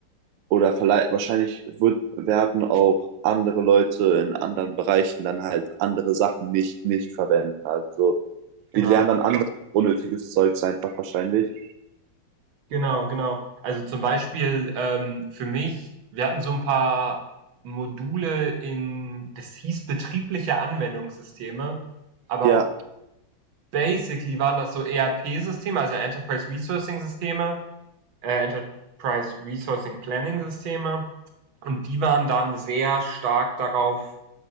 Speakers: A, on the right (about 90°); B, on the right (about 70°).
A: oder verlei- wahrscheinlich wird, werden auch andere Leute in anderen Bereichen dann halt andere Sachen nicht, nicht verwenden. Also
B: Genau,
A: die lernen dann anderes unnötiges Zeugs einfach wahrscheinlich.
B: genau, genau. Also zum Beispiel ähm, für mich, wir hatten so ein paar Module in, das hieß betriebliche Anwendungssysteme, aber
A: Ja,
B: basically waren das so ERP-Systeme, also Enterprise Resourcing Systeme, äh, Enterprise Resourcing Planning Systeme, und die waren dann sehr stark darauf